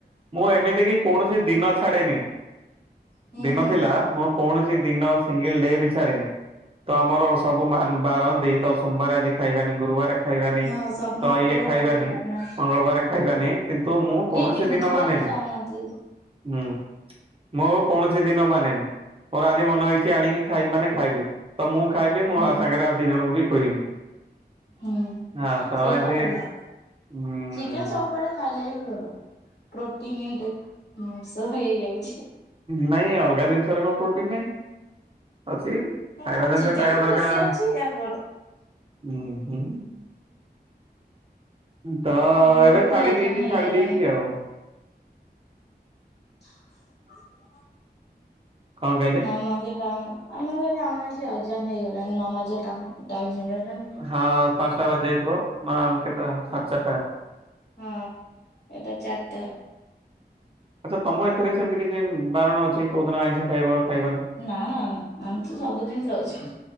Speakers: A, on the right; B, on the left.
A: ମୁଁ ଏମିତିକି କୌଣସି ଦିନ ଛାଡ଼େନି
B: ହୁଁ
A: ଦିନ
B: ହୁଁ
A: ଥିଲା ମୁଁ କୌଣସି ଦିନ ସିଙ୍ଗଲଡେବି ଛାଡ଼େନି ତ ଆମର ସବୁ ମା ବାର ବାରନ୍ତିତ ସୋମବାର ଆଜି ଖାଇବାନି ଗୁରୁବାର ଖାଇବାନି।
B: ହଁ ସ
A: ତ
B: ମଙ୍ଗଳବାର
A: ଇଏ ଖାଇବାନି
B: ବି ଖାଇନା
A: ମଙ୍ଗଳବାର ଖାଇବାନି କିନ୍ତୁ ମୁଁ
B: କିଏ
A: କୌଣସି
B: କିଏ ବୁଧବାର
A: ଦିନ ମାନେନି
B: ବି ଖାଉନାହାନ୍ତି
A: ହୁଁ। ମୋ କୌଣସି ଦିନ ମାନେନି ମୋର ଆଜି ମନେ ହେଇଚି ଆଣିକି ଖାଇବି ମାନେ ଖାଇବି ତ ମୁଁ ଖାଇବି ମୁଁ
B: ହୁଁ
A: ସାଙ୍ଗରେ ଆଉ ଦି ଜଣଙ୍କୁବି ଖୋଇବି
B: ହୁଁ
A: ହଁ। ତ
B: ସେଇଟା
A: ଏମତି
B: ଭଲ
A: ଉଁ
B: ଚିକେନ୍ ଚାଉ ଡେ ଖାଇଲେବି ଭଲ ପ୍ରୋଟିନ୍ <unintelligible> ସେହେଇଯାଉଚି।
A: ନାଇଁ ଅଲଗା ଜିନିଷରେ କଣ ପ୍ରୋଟିନ୍ ନାଇଁ ଅଛି। ଖାଇବା
B: ହଁ
A: ଜିନିଷ
B: ଚିକେନ
A: ଖାଇବା
B: ରେ
A: ଦରକାର୍
B: ବେଶୀ ଅଛି ଆଉ କଣ
A: ହୁଁ ହୁଁ। ତ
B: ଆମର
A: ଏବେ
B: ଏଠି
A: ଛାଡ଼ି
B: ଅଜାନ
A: ଦେଇେଚି
B: ହେଇଗଲାଣି।
A: ଛାଡ଼ି ଦେଇଚି ଆଉ।
B: <inaudible>
A: କଣ କହିଲେ?
B: ନମାଜ ଟ ଆମ କହ ଆମ ଏଠି ଅଜାନ ହେଇଗଲାଣି ନମାଜ ଟାଇମ୍ ହେଇଗଲାଣି। ତ।
A: ହଁ ପାଞ୍ଚଟା ବାଜି ଯାଇଥିବ ମା କେତେଟା ସାଢେ ଚାରିଟା।
B: ହଁ ଏଇଟା ଚାରିଟାର।
A: ଆଚ୍ଛା ତମ ଏଥିରେ ସେମିତି କିଛି ବାରଣ ଅଛି କୋଉଦିନ ଆଇଁଷ ଖାଇବ ଖାଇବନି?
B: ନା ନା ନା ଆମେତ ସବୁଦିନ ଖାଉଚୁ